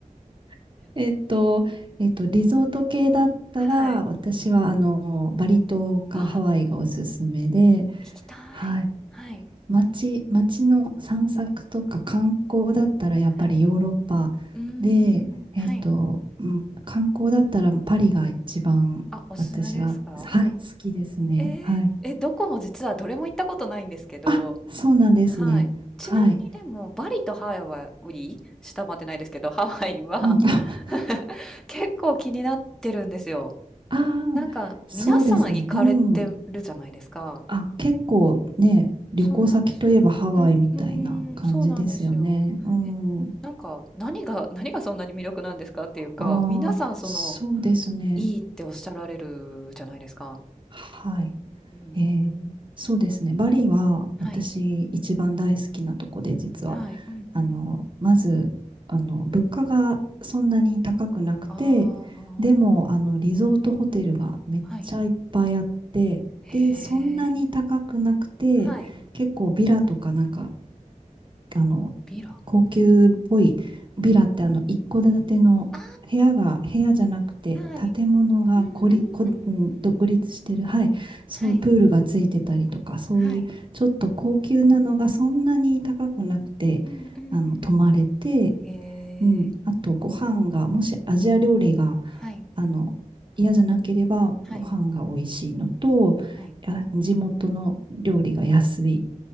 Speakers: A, on the right; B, in the centre.
A: <laughs> えっと、えっと、リゾート系だったら、
B: はい。
A: 私は、あの、バリ島かハワイがおすすめで、
B: <gasps> あ行きたい。
A: はい。
B: はい。
A: 街、街の散策とか観光だったら、やっぱりヨーロッパで、
B: はい。うーん。
A: えっと、
B: はい。
A: うん、観光だったらパリが一番私は、
B: あ、おすすめですか
A: はい、好きですね。
B: えー、
A: はい。
B: え、どこも実はどれも行ったことないんですけど、
A: あ、そうなんですね。
B: はい。ちなみにでも、
A: はい。
B: バリとハワイ、下回ってないですけど、ハワイは
A: うん。<laughs>
B: <laughs> 結構気になってるんですよ。
A: ああ、
B: なんか、
A: そうですね。
B: 皆さん行かれてるじゃないですか。
A: うん。あ、結構ね、旅行先といえばハワイみたいな感じですよね。
B: そうなんです。うん、うーん、そうなんですよ。
A: うん。
B: え、
A: あ
B: なんか、何が、何がそんなに魅力なんですかっていうか、
A: あ、
B: 皆さん、その、
A: そうですね。
B: いいっておっしゃられるじゃないですか。
A: はい。
B: うん。
A: えーそうですね。バリは私一番大好きなとこで実は、
B: はい。はい。うんうん。
A: あの、まず、あの、物価がそんなに高くなくて、
B: ああ、
A: でも、あの、リゾートホテルがめっちゃいっぱいあって、
B: はい。へえ。
A: で、そんなに高くなくて、
B: はい。
A: 結構ビラとかなんかあの、
B: ビラ。
A: 高級っぽいビラってあの、一戸建ての部屋が、
B: あ
A: 部屋じゃなくて、
B: あ、はい。
A: 建物がこり、
B: うんうんうんうん。
A: こ、うん、独立してる、はい、そういうプールがついてたりとか、
B: はい、
A: そういうちょっと高級なのがそんなに高くなくて、
B: はい。うんうんうんうん。
A: あの、泊まれて、
B: へえ。
A: うん、あとご飯が、もしアジア料理が、
B: はい、
A: あの、嫌じゃなければご飯が美味しいのと、
B: はい、はい。
A: や地元の料理が安い